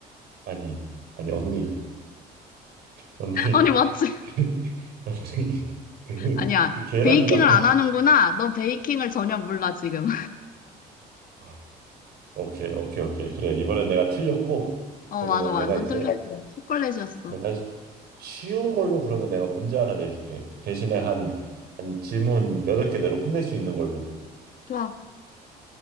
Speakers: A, on the right; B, on the left.
A: 아니. 아니 언니. 언니.
B: <laughs> 아니, 맞지?
A: <laughs> 언니. 그,
B: 아니야.
A: 그 계란이다.
B: 베이킹을 안 하는구나. 너 베이킹을 전혀 몰라, 지금.
A: <laughs> 오케이 오케이 오케이 그래 이번엔 내가 틀렸고
B: 어,
A: 그러면은
B: 맞아. 완전
A: 내가 이제
B: 뚫렸어. 초콜릿이었어.
A: 내가 쉬운 걸로 그러면 내가 문제 하나 내줄게. 대신에 한,
B: 어,
A: 한 질문 8개 내로 끝낼 수 있는 걸로.
B: 좋아.